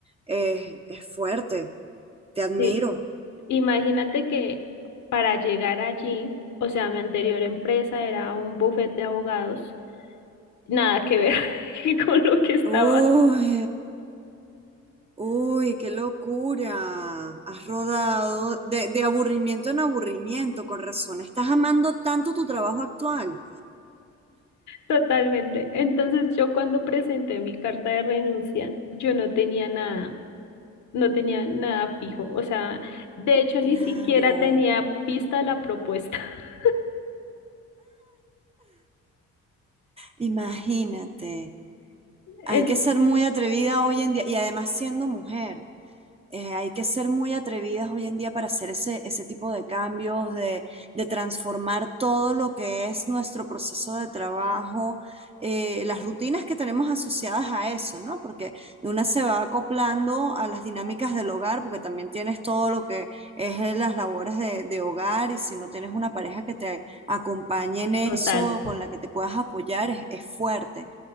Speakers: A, on the right; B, on the left.
A: eh, es fuerte, te admiro.
B: Sí, imagínate que para llegar allí, o sea, mi anterior empresa era un buffet de abogados, nada que ver <laughs> con lo que estaba.
A: Uy, uy, qué locura. Has rodado de, de aburrimiento en aburrimiento, con razón. Estás amando tanto tu trabajo actual.
B: Totalmente. Entonces yo cuando presenté mi carta de renuncia, yo no tenía nada, no tenía nada fijo. O sea, de hecho ni
A: Claro,
B: siquiera tenía vista la propuesta. <laughs>
A: imagínate. Hay
B: En
A: que ser muy atrevida hoy en día y además siendo mujer. eh, hay que ser muy atrevidas hoy en día para hacer ese, ese tipo de cambios, de, de transformar todo lo que es nuestro proceso de trabajo, eh, las rutinas que tenemos asociadas a eso, ¿no? Porque una se va acoplando a las dinámicas del hogar, porque también tienes todo lo que es eh, las labores de, de hogar y si no tienes una pareja que te acompañe en eso,
B: total.
A: con la que te puedas apoyar, es, es fuerte